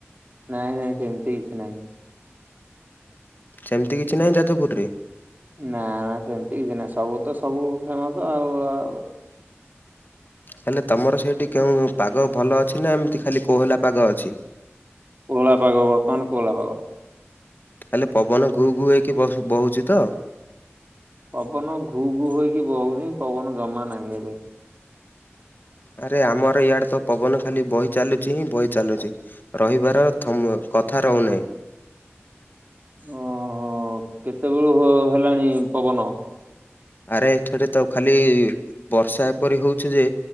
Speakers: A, on the right (about 40°); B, on the left (about 45°).
A: ନାଇଁ ନାଇଁ ସେମିତି କିଛି ନାଇଁ।
B: ସେମିତି କିଛି ନାହିଁ ଯାଜପୁରୁରେ।
A: ନା ନା ସେମିତି କିଛି ନାଇଁ ସବୁ ତ ସବୁ ଫେମସ ଆଉ ଉ
B: ହେଲେ ତମର ସେଇଠି କେଉଁ ପାଗ ଭଲ ଅଛି ନା ଏମିତି ଖାଲି କୋହଲା ପାଗ ଅଛି?
A: କୋହଳା ପାଗ ବର୍ତମାନ କୋହଲା ପାଗ।
B: ହେଲେ ପବନ ଘୁ ଘୁ ହେଇକି ବସ ବହୁଚି ତ।
A: ପବନ ଘୁ ଘୁ ହେଇକି ବହୁନି ପବନ ଜମା ନାହିଁ ଏବେ।
B: ଆରେ ଆମର ଇଆଡେ ତ ପବନ ଖାଲି ବହି ଚାଲୁଚି ହିଁ ବହି ଚାଲୁଚି। ରହିବାର ଥମ୍ କଥା ରହୁନାହିଁ।
A: ଓହୋ କେତେବେଳୁ ହୋ ହେଲାଣି ପବନ?
B: ଆରେ ଏଥଡ ତ ଖାଲି-ଇ ବର୍ଷା ଏପରି ହୋଉଛି ଯେ